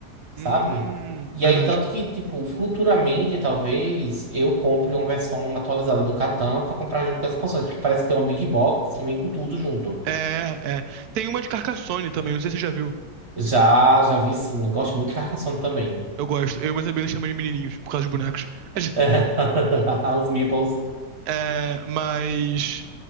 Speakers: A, on the right (about 40°); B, on the right (about 70°).
A: sabe?
B: Hum,
A: E
B: verdade.
A: aí, tanto que, tipo, futuramente, talvez eu compre uma versão atualizada do Catan pra comprar junto com as expansões, porque parece que tem uma Big Box que vem com tudo junto.
B: É, é. Tem uma de Carcassonne também, não sei se você já viu.
A: Já, já vi sim. Gosto muito de Carcassonne também.
B: Eu gosto. Eu e meus amigos chamam de menininhos, por causa dos bonecos. <laughs>
A: <laughs> Os meeples.
B: É, mas